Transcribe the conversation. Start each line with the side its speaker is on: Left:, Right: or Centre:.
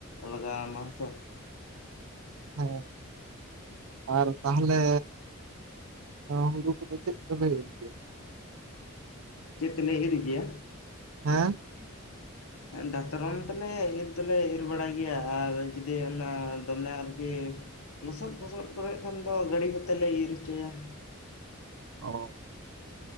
Left: ᱞᱟᱜᱟᱣᱟᱢᱟ ᱦᱮᱸᱥᱮ ᱾
Right: ᱦᱮᱸ ᱟᱨ ᱛᱟᱦᱚᱞᱮ ᱦᱩᱲᱩ ᱠᱚᱫᱚ ᱪᱮᱫ ᱛᱮᱯᱮ ᱤᱨ ᱜᱮᱭᱟ?
Left: ᱪᱮᱫ ᱛᱮᱞᱮ ᱤᱨ ᱜᱮᱭᱟ?
Right: ᱦᱮᱸ ᱾
Left: ᱫᱟᱛᱚᱴᱨᱚᱢ ᱛᱟᱞᱮ ᱤᱨ ᱫᱚᱞᱮ ᱤᱨ ᱵᱟᱲᱟᱭ ᱜᱮᱭᱟ ᱟᱨ ᱡᱩᱫᱤ ᱚᱱᱟ ᱫᱚᱢᱮ ᱟᱨᱠᱤ ᱞᱚᱥᱚᱫ-ᱯᱷᱚᱥᱚᱫ ᱠᱚᱨᱮ ᱠᱷᱟᱱ ᱫᱚ ᱜᱟᱹᱰᱤ ᱠᱚᱛᱮ ᱞᱮ ᱤᱨ ᱦᱚᱪᱚᱭᱟ ᱾
Right: ᱚᱻ